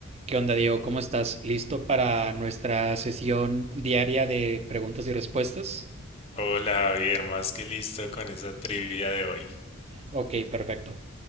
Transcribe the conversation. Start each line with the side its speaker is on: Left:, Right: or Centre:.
Right: ¿Qué onda, Diego? ¿Cómo estás? ¿Listo para nuestra sesión diaria de preguntas y respuestas?
Left: Hola Javier, más que listo con esa trivia de hoy.
Right: Ok, perfecto.